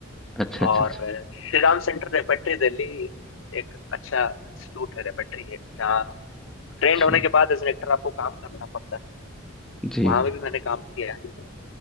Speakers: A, in the centre; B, on the left.
A: अच्छा अच्छा
B: और
A: अच्छा
B: अ, श्री राम सेंटर रेपेट्री दिल्ली एक अच्छा इंस्टीट्यूट है रेपेट्री है जहाँ
A: अच्छा
B: ट्रेंड होने के बाद एज एन एक्टर आपको काम करना पड़ता है
A: जी
B: वहां भी मैंने काम किया है